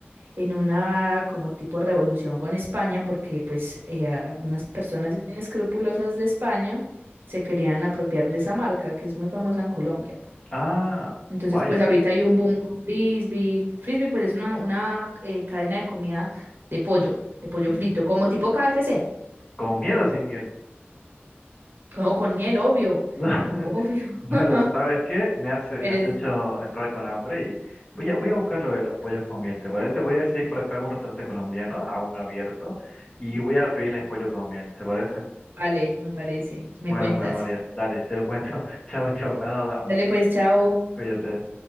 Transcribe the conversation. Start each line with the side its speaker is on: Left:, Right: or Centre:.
Right: en una como tipo revolución con España, porque pues eh, a- unas personas inescrupulosas de España se querían apropiar de esa marca que es muy famosa en Colombia.
Left: Ah,
Right: Entonces
Left: vaya.
Right: pues ahorita hay un boom con Frisbee. Frisbee pues es una, una, eh, cadena de comida de pollo, de pollo
Left: Mm,
Right: frito, como tipo KFC,
Left: ¿Con miel o sin miel?
Right: como con miel, obvio,
Left: <laughs>
Right: obvio. <laughs>
Left: Pero, ¿sabes qué? Me hace,
Right: Pero
Left: me has
Right: es-
Left: hecho entrar con hambre y voy a, voy a buscar lo de los pollos con miel, ¿te parece? Voy a ver si hay por acá algún restaurante colombiano aún abierto y voy a pedirles pollo con miel, ¿te parece?
Right: vale, me parece, me
Left: Bueno,
Right: cuentas.
Left: pues María, dale, te lo cuento. <laughs> Chao, chao, me has dado hambre.
Right: Dale pues, chao.
Left: Cuídate.